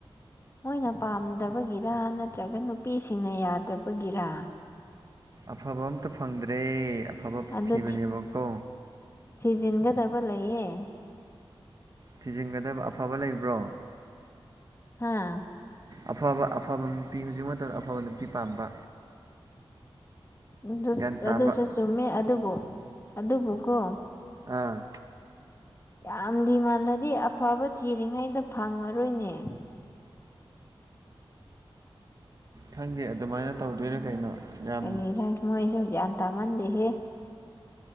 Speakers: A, on the left (about 30°); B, on the right (about 40°).
A: ꯃꯣꯏꯅ ꯄꯥꯝꯗꯕꯒꯤꯔ ꯅꯠꯇ꯭ꯔꯒ ꯅꯨꯄꯤꯁꯤꯡꯅ ꯌꯥꯗ꯭ꯔꯕꯒꯤꯔ
B: ꯑꯐꯕ ꯑꯝꯇ ꯐꯪꯗ꯭ꯔꯦ ꯑꯐꯕ
A: ꯑꯗꯨ
B: ꯊꯤꯕꯅꯦꯕ ꯀꯣ
A: ꯊꯤꯖꯤꯟꯒꯗꯕ ꯂꯩꯌꯦ
B: ꯊꯤꯖꯤꯟꯒꯗꯕ ꯑꯐꯕ ꯂꯩꯕ꯭ꯔꯣ
A: ꯍꯥꯥ
B: ꯑꯐꯕ ꯑꯐꯕ ꯅꯨꯄꯤ ꯍꯧꯖꯤꯛ ꯃꯇꯝꯗ ꯑꯐꯕ ꯅꯨꯄꯤ ꯄꯥꯝꯕ꯫
A: ꯑꯗꯨ
B: ꯒ꯭ꯌꯥꯟ ꯇꯥꯕ
A: ꯑꯗꯨꯁꯨ ꯆꯨꯝꯃꯦ ꯑꯗꯨꯕꯨ ꯑꯗꯨꯕꯨꯀꯣ
B: ꯑꯥ꯫
A: ꯌꯥꯝꯗꯤ ꯃꯥꯜꯂꯗꯤ ꯑꯐꯕ ꯊꯤꯔꯤꯉꯩꯗ ꯐꯪꯉꯔꯣꯏꯅꯦ꯫
B: ꯈꯪꯗꯦ ꯑꯗꯨꯃꯥꯏꯅ ꯇꯧꯗꯣꯏꯔ ꯀꯩꯅꯣ꯫ ꯌꯥꯝ
A: ꯀꯔꯤꯔ ꯃꯣꯏꯁꯨ ꯒ꯭ꯌꯥꯟ ꯇꯥꯃꯟꯗꯦꯍꯦ